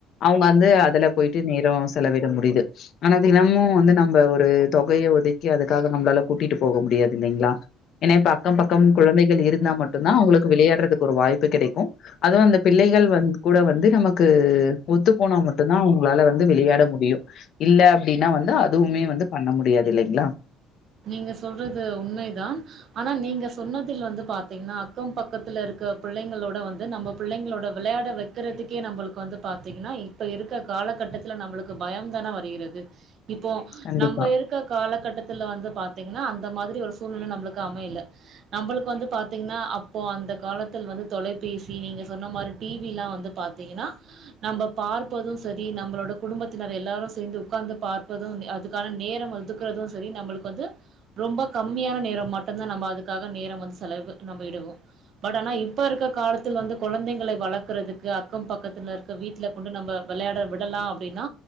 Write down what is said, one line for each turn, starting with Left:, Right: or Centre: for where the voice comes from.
Left: அவுங்க வந்து அதுல போய்ட்டு நேரோ செலவிட முடியுது ஆனா தினமு வந்து நம்ம ஒரு தொகைய ஒதுக்கி அதுக்காக நம்மளால கூட்டிட்டு போக முடியாது இல்லைங்களா ஏன்னா அக்க பக்கோ குழந்தைகள் இருந்தா மட்டுதா அவுங்களுக்கு விளையாடுறதுக்கு ஒரு வாய்ப்பு கெடைக்கு அதுவு அந்த பிள்ளைகள் வந்து கூட வந்து நமக்கு ஒத்து போனா மட்டுதா அவுங்களால வந்து விளையாட முடியு இல்ல அப்டின்னா வந்து அதுவுமே வந்து பண்ண முடியாது இல்லைங்களா
Right: நீங்க சொல்றது உண்மைதா ஆனா நீங்க சொன்னதில் வந்து பாத்தீங்கன்னா அக்க பக்கத்துல இருக்க பிள்ளைங்களோட வந்து நம்ப பிள்ளைங்களோட விளையாட வைக்கறதுக்கே நம்மளுக்கு வந்து பாத்தீங்கன்னா இப்ப இருக்க காலகட்டத் தில நம்பளுக்கு பய தானே வருகிறது இப்போ
Left: கண்டிப்பா,
Right: நம்ப இருக்க காலகட்டத்தில வந்து பாத்தீங்கன்னா அந்த மாதிரி ஒரு சூழ்நிலை நம்பளுக்கு அமையில நம்பளுக்கு வந்து பாத்தீங்கன்னா அப்போ அந்த காலத்தில் வந்து தொலைபேசி நீங்க சொன்ன மாரி டி வி எல்லா வந்து பா த்தீங்கன்னா நம்ப பார்ப்பது சரி நம்பளோட குடும்பத்தினர் எல்லாரு சேந்து உக்கார்ந்து பார்ப்பது நே அதுக்கான நேர ஒதுக்கறது சரி நம்பளுக்கு வந்து ரொம்ப கம்மியான நேர மட்டுதா நம்ம அதுக்காக நேர வந்து செலவு நம்ம இடுவோ பட் ஆனா இப்ப இருக்க காலத்தில் வந்து கொழந்தைங்களை வளக்கறதுக்கு அக்க பக்கத்தினர் ருக்க வீட்ல கொண்டு நம்ம விளையாட விடலா அப்டின்னா